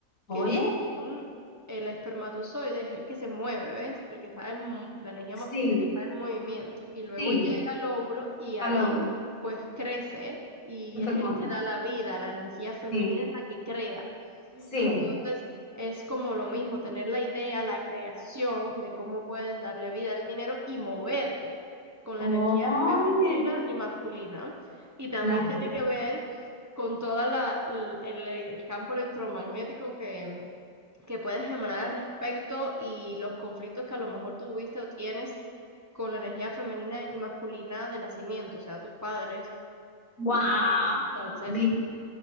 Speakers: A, on the left; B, on the right.
A: Oye,
B: que según el espermatozoide es el que se mueve, ¿ves? El que está en mo- la energía
A: Sí,
B: masculina que está en movimiento, y luego
A: sí.
B: llega el óvulo y ahí
A: Habla uno.
B: pues crece y
A: De
B: es
A: fecunda.
B: el que da la vida, la energía femenina
A: Sí,
B: es la que crea.
A: sí.
B: Entonces, es como lo mismo, tener la idea, la creación de cómo puedes darle vida al dinero y moverte con
A: Oye,
B: la energía femenina y masculina. Y también
A: las
B: tiene
A: dos.
B: que ver con todo el, el campo electromagnético que, que puedes emanar al respecto y los conflictos que a lo mejor tuviste o tienes con la energía femenina y masculina de nacimiento, o sea, tus padres
A: Wow.
B: y tus ancestros.
A: Bien.